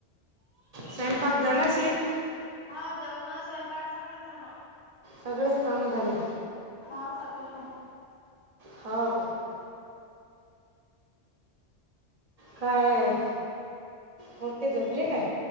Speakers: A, on the right; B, on the left.
A: स्वयंपाक झाला अशील?
B: हा जेवन स्वयंपाक सगळंच झालं.
A: सगळेच कामं झाले.
B: हा सगळेच काम
A: हो काय काय? मोठे झोपले काय